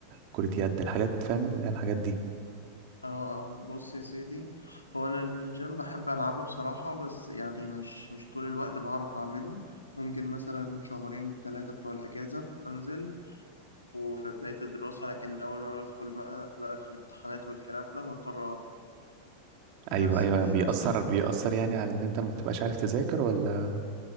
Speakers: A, on the right (about 45°); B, on the left (about 85°).
A: كرة يد الحاجات فاهم اللي هي الحاجات دي
B: اه اه بص يا سيدي هو انا الجيم بحب العبه بصراحة بس يعني مش مش طول الوقت بعرف اعمله ممكن مثلا شهرين ثلاثة بتوع الأجازة أنزل وفي بداية الدراسة لكن أول ما بدخل بقى بقى في الامتحانات والكلام ده بضطر أوقف
A: ايوه
B: بس
A: ايوه
B: في
A: بيأثر
B: مثلا
A: بيأثر يعني على ان انت ما بتبقاش عارف تذاكر ولا